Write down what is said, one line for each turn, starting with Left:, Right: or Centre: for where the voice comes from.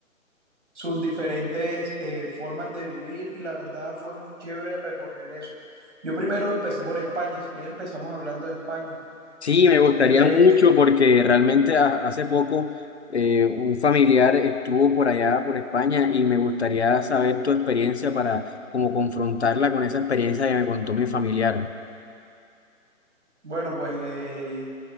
Right: sus diferentes eh, formas de vivir y la verdad fue muy chévere recorrer eso. Yo primero empecé por España, si quieren empezamos hablando de España.
Left: Sí,
Right: Estuve,
Left: me gustaría mucho porque realmente ha- hace poco eh, un familiar estuvo por allá, por España, y me gustaría saber tu experiencia para como confrontarla con esa experiencia que me contó mi familiar.
Right: bueno, pues eh,